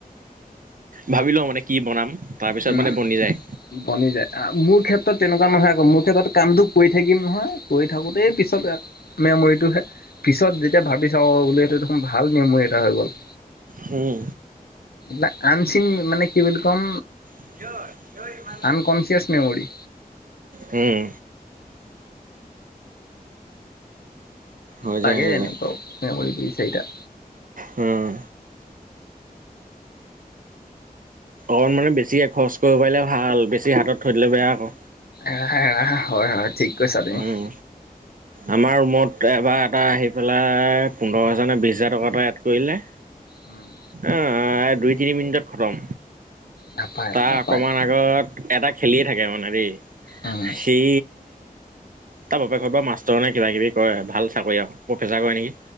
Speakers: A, on the right (about 60°); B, on the left (about 85°).
A: ভাবি লও মানে কি বনাম, তাৰপিছত
B: উম
A: মানে বনি যায়।
B: বনি যায় অঁ, মোৰ ক্ষেত্ৰত তেনেকুৱা নহয় আকৌ মোৰ ক্ষেত্ৰত কামটো কৰি থাকিম নহয় কৰি থাকোতেই পিছত মেমৰিতটো পিছত যেতিয়া ভাবি চাওঁ বোলে স এইটোৱে দেখোন ভাল মেমৰি এটা হৈ গ'ল।
A: হুম
B: না আনচিন মানে কি বুলি কম?
A: <unintelligible>
B: Unconscious memory.
A: উম। হৈ
B: থাকে
A: যায় হৈ
B: এনেকুৱাও
A: যায়
B: মেমৰী দুই-চাৰিটা।
A: হুম। অকণ মানে বেছিয়ে খৰচ কৰিব পাৰিলে ভাল, বেছি হাতত থৈ দিলে বেয়া আকৌ।
B: এৰা এৰা, হয় হয়, ঠিক কৈছা তুমি।
A: উম আমাৰ ৰুমত এবাৰ এটা আহি পেলাই পোন্ধৰ হেজাৰ নে বিছ হেজাৰ টকা এটা এড কৰিলে।
B: উম।
A: আহ, দুই-তিনি মিনিটতে খতম।
B: নাপায়
A: তাৰ
B: নাপায়
A: অকমান আগত এটা খেলিয়ে থাকে মানে দেই,
B: উম
A: সি সি তাৰ বাপেকৰ পৰা মাষ্টৰ নে কিবা-কিবি কৰে, ভাল চাকৰি আৰু। প্ৰফেচাৰ কৰে নেকি?